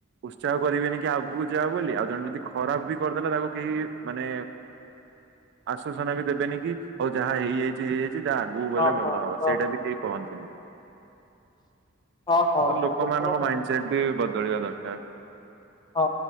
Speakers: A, on the right (about 55°); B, on the left (about 20°).
A: ଉତ୍ସାହ କରିବେନି କି ଆଗକୁ ଯା ବୋଲି ଆଉ ଜଣେ ଯଦି ଖରାପ ବି କରିଦେଲା ତାକୁ କେହି ମାନେ ଆଶ୍ଵସନା ବି ଦେବେନି କି ହୋଉ ଯାହା ହେଇଯାଇଛି ହେଇଯାଇଛି ଯାହା ଆଗକୁ ଗଲେ
B: ହଁ
A: ଭଲ ହବ
B: ହଁ
A: ସେଇଟା ବି କେହି କହନ୍ତିନି।
B: ହଁ ହଁ
A: ଲୋକମାନଙ୍କ
B: ହଁ ଲୋକମାନେ
A: ମାଇଣ୍ଡ ସେଟ ବି ବଦଳିବା ଦରକାର।
B: ହଁ